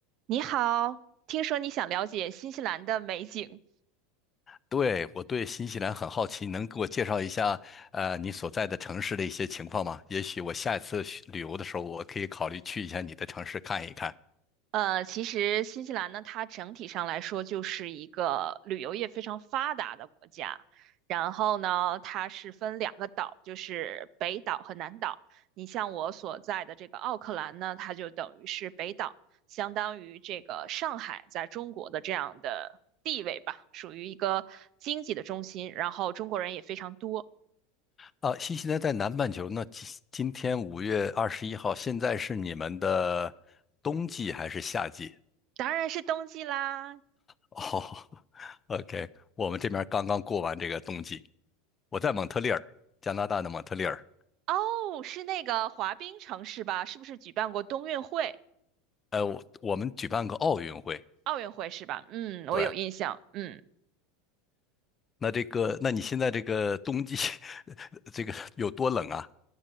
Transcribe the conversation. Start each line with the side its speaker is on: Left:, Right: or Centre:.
Right: 你好，听说你想了解新西兰的美景。
Left: 对，我对新西兰很好奇，能给我介绍一下，呃，你所在的城市的一些情况吗？也许我下一次去旅游的时候，我可以考虑去一下你的城市看一看。
Right: 呃，其实新西兰呢，它整体上来说就是一个旅游业非常发达的国家。然后呢，它是分两个岛，就是北岛和南岛。你像我所在的这个奥克兰呢，它就等于是北岛，相当于这个上海在中国的这样的地位吧，属于一个经济的中心。然后中国人也非常多，
Left: 啊，新西兰在南半球那今今天五月二十一号，现在是你们的冬季还是夏季？
Right: 当然是冬季啦。
Left: 哦 <laughs>，OK，我们这边刚刚过完这个冬季，我在蒙特利尔，加拿大的蒙特利尔，
Right: 哦，是那个滑冰城市吧？是不是举办过冬运会、
Left: 呃，我我们举办个奥运会。
Right: 奥运会是吧？嗯，我有印象。
Left: 对，
Right: 嗯。
Left: 那这个，那你现在这个冬季 <laughs> 这个有多冷啊？